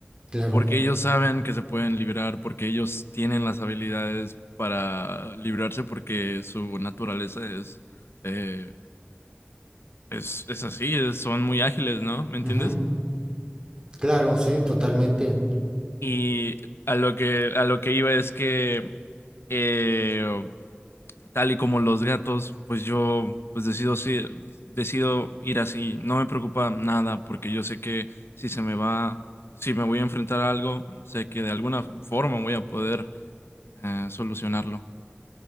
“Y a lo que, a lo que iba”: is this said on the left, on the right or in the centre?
Left